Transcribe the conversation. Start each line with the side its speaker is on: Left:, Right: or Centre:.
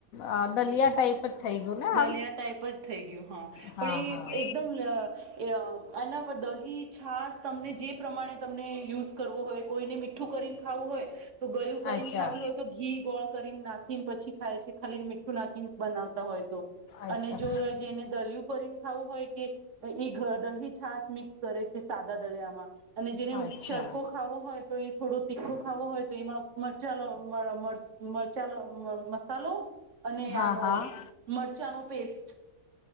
Left: આ દલિયા ટાઈપ થઈ ગયું ને
Right: દલિયા
Left: આમ
Right: ટાઈપ જ થઈ ગયું હા
Left: હા
Right: પણ
Left: હા
Right: એ એકદમ અ એ અ અન દહી છાસ તમને જે પ્રમાણે તમને યુઝ કરવો હોય કોઈને મીઠું કરીને ખાવું હોય તો ગળ્યું કરીને
Left: અચ્છા
Right: ખાવ્યું હોય તો ઘી ગોળ કરીને નાખીને પછી ખાય છે ખાલી મી ઠું નાખીન બનાવતા હોય. તો
Left: અચ્છા
Right: અને જો જેને દલિયું કરીને ખાવું હોય કે ઈ ગ દહી છાસ મિક્સ કરે છે સાદા દળિયામાં અને જેને
Left: અચ્છા
Right: ચરકો ખાવો હોય તો એ થોડો તીખો ખાવો હોય તો એમાં મરચાલો મર મ- મરચાનો મર મસ્ત મસાલો અને
Left: હા
Right: આનો
Left: હા
Right: નો પેસ્ટ